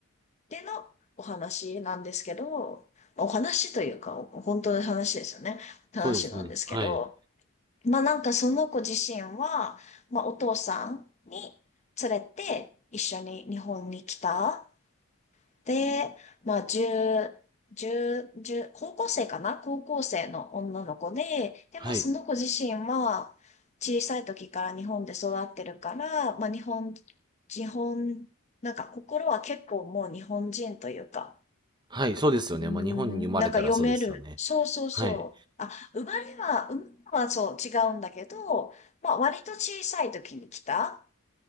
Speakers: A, on the left; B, on the right.
A: でのお話なんですけど、お話というか、お本当の話ですよね。話なんですけど、
B: そうですね。はい。
A: まあ、なんかその子自身は、まあ、お父さんに連れて一緒に日本に来た。で、まあ、10、1高校生かな高校生の女の子で、で、
B: はい。
A: まあ、その子自身は、小さい時から日本で育ってるから、まあ、日本、日本、なんか心は結構もう日本人というか、
B: はい、そうですよね。
A: うーん、
B: まあ、日本に生まれたらそうですよね。
A: なんか読める。そうそうそう。
B: はい。
A: あ、生まれは、生まれはそう違うんだけど、まあ、割と小さい時に来た、